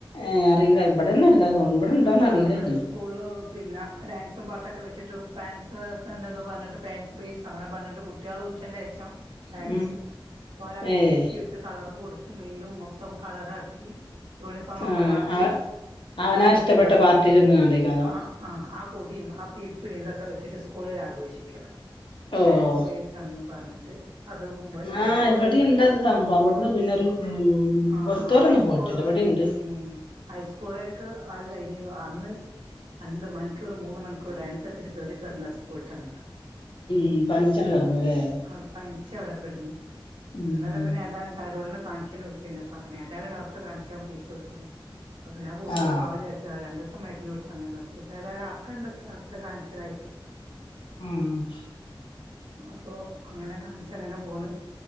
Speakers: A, on the left; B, on the right.
A: ഏഹ് അറിയില്ല ഇവിടെന്നും ഇല്ല തോന്നുന്നു ഇവിടെ ഉണ്ടോന്ന്
B: ആ
A: അറിയില്ല
B: വിടെ
A: ഇനി
B: സ്കൂള് പിന്ന ഡാൻസുംപാട്ടൊക്കെ വെച്ചിട്ട് പാൻറ്സസ്ണ്ടെന്ന് പറഞ്ഞിട്ട് പൻസ് ബേസ് അങ്ങനെ പറഞ്ഞിട്ട് കുട്ടികൾ ഉച്ചെന്റെഷം ഡാൻസ്
A: ഉം
B: ഓരാൾ
A: ഏയ്
B: ജേഴ്സിയുട്ട് കളറും കൊടുത് മീനും മൊത്തം കളറാക്കി യൂണിഫോമക്കെ
A: ആഹ്
B: മാറ്റി
A: അവ അവനാ ഇഷ്ടപ്പെട്ട പാർട്ടിയിൽ നിന്നുകാണ്ടേക്കാരം
B: ആഹ് ആ ആ കൊ ഡിംആ പ്പി പി നീന്തൊക്കെ വെച്ചിട്ട് സ്കൂളൊ രാഘോഷിക്ക
A: ഓഹ്
B: ഫാൻസ് ബേയ്സാന്നും പറഞ്ഞിട്ട് അത് മുമ്പേ ഹൈസ്കോളർക്ക്
A: ആഹ് ഇവിടെ ഇണ്ട് അത് സംഭവം ഇവിടുന്ന് പിന്നെ ഒരു ഉം
B: ആ
A: ഇവിടുത്തോരൊന്നും
B: ഹൈസ്കോള
A: പോയിട്ടില്ല ഇവിടെ ഇണ്ട്
B: ഉം ഹൈസ്കൂളർക്ക് അത് കഴിഞ്ഞു അന്ന് രണ്ടു മണിക്കൂർ മൂന്ന് മണിക്കൂർ ഡാൻസ് കളിച്ചിട്ട് കയറി കിടന്നാ സ്കൂൾട്ടന്നിട്ട്
A: ഉം പനിച്ചങ്ങട് കിടന്നുല്ലേ
B: ആ പനിച്ചവിടെ കെട്ന്ന്
A: ഉം
B: എന്നാല പിന്നെ ഏതായാലും തൈറോഡിനെ കാണിക്കന്നിച്ചീനു അപ്പ ഏതാലും ഡോക്ടറെ കാണിക്കാ പീസ് കൊടുക്കണം അപ്പ പിന്നെ ആകൂടുതിൽ
A: ആഹ്
B: പോയ ചചരിച്ചാ രണ്ട് മരുന്നോടുത്ത് അങ്ങന് നിർത്തിപ്പേതാലും ആക്കണ്ട് ഡോക്ടറെ കാൺച്ച്തായിട്ട്
A: ഉം
B: ഇന്ന്പ്പൊ അങ്ങനെ കാണിച്ചങ്ങനെ പോന്ന്